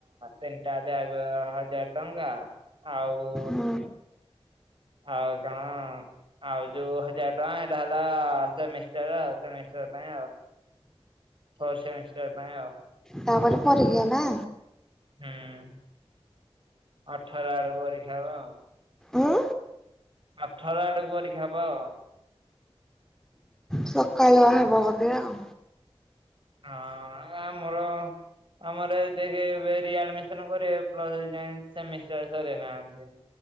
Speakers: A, on the right; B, in the centre.
A: ତିନିଟା ବ୍ୟାଗ ହଜାର ଟଙ୍କା ଆଉ
B: ହୁଁ।
A: ଆଉ କଣ ଆଉ ଯୋଉ ହଜାର ଟଙ୍କା ଏଇଟା ହେଲା ସେମିଷ୍ଟର ଆ ସେମିଷ୍ଟର ପାଇଁ ଆଉ। ଫୋର୍ ସେମିଷ୍ଟର ପାଇଁ ଆଉ।
B: ତାପରେ ପରିକ୍ଷା ନା।
A: ହୁଁ। ଅଠର ଆଡକୁ ପରୀକ୍ଷା ହବ।
B: ଉଁ
A: ଅଠର ଆଡକୁ ପରିକ୍ଷା ହବ।
B: ସଖାଳୁଆ ହବ ବୋଧେ ଆଉ।
A: ହଁ ଆ ମୋର ଆମର ଦେଖ୍ ରିଆଡ଼ିମିଶନ କରିବେ ପ୍ଲସ ଏଯାଏଁ ସେମିଷ୍ଟର ସରେଇ ନାହିଁନ୍ତି।